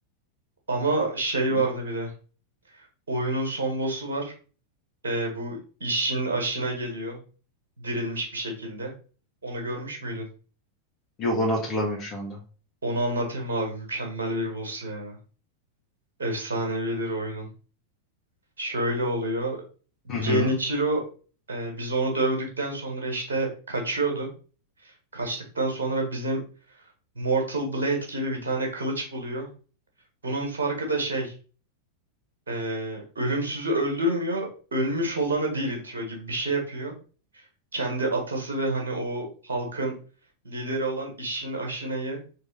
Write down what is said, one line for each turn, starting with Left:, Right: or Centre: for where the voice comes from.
Right: Ama şey
Left: Hı,
Right: vardı bir de. Oyunun son boss'u var. Ee, bu işin aşına geliyor. Dirilmiş bir şekilde. Onu görmüş müydün?
Left: Yok onu hatırlamıyorum şu anda.
Right: Onu anlatayım mı abi. Mükemmel bir boss ya. Efsanevidir oyunun. Şöyle oluyor.
Left: Hı
Right: Genichiro
Left: hı.
Right: e, biz onu dövdükten sonra işte kaçıyordu. Kaçtıktan sonra bizim Mortal Blade gibi bir tane kılıç buluyor. Bunun farkı da şey. e, ölümsüzü öldürmüyor. Ölmüş olanı diriltiyor gibi bir şey yapıyor. kendi atası ve hani o halkın lideri olan İşin Aşine'yi